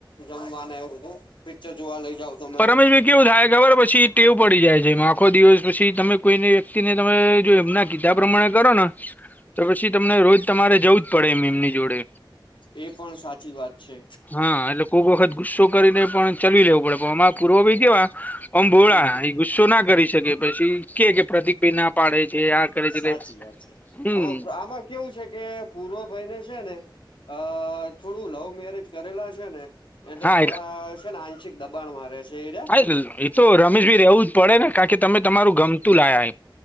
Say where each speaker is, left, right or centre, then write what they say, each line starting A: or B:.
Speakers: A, on the left; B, on the left.
A: જમવા ને એવું બધું. પિક્ચર જોવા લઈ જાવ તમે.
B: પણ રમેશભાઈ કેવું થાય ખબર પછી ટેવ પડી જાય છે, એમાં આખો દિવસ પછી તમે કોઈને વ્યક્તિને તમે જો એમના. કીધા પ્રમાણે કરો ને તો પછી તમને રોજ તમારે જવું જ પડે એમ એમની જોડે.
A: એ પણ સાચી વાત છે.
B: હા એટલે કોક વખત ગુસ્સો કરીને પણ ચલવી લેવું પડે પણ અમારે પૂર્વ ભાઈ કેવા? આમ ભોળા
A: હમ હમ
B: એ ગુસ્સો ના કરી શકે પછી કે કે પ્રતિક ભાઈ ના પાડે છે. આ કરે છે એટલે
A: સાચી વાતા છે
B: હમ
A: આમાં આમ કેવું છે કે પૂર્વ ભાઈને છે ને અ થોડું લવ મેરેજ કરેલા છે ને, એટલે
B: હા
A: થોડા છે, ને આંશિક દબાણમાં રહે છે. એ રહ્યા
B: થાય છે એ તો રમેશ ભઈ રેવું જ, પડે ને કા કે તમે તમારું ગમતું લાયા,